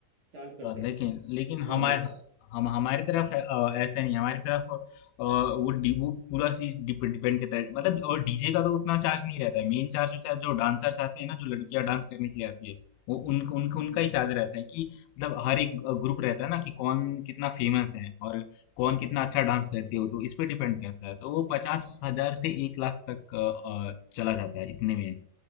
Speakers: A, on the right (about 45°); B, on the left (about 85°).
A: चार्ज करते
B: हाँ, लेकिन
A: हैं
B: लेकिन
A: वन
B: हमारे
A: नाइट का
B: हम हमारी तरफ अ, ऐसा नहीं है। हमारी तरफ अ, वो डि, वो पूरा चीज डिपेंड करता है मतलब और डीजे का तो उतना चार्ज नहीं रहता है मेन चार्ज होता है जो डांसर्स आते हैं ना जो लड़कियां डांस करने के लिए आती है वो उन, उन, उनका
A: हम्म
B: ही चार्ज रहता है कि मतलब हर एक ग्रुप रहता है ना कि कौन कितना फेमस है और कौन कितना अच्छा डांस करते हो तो इस पे डिपेंड करता है तो वो पचास हजार से एक लाख तक अ, अ, चला जाता है इतने में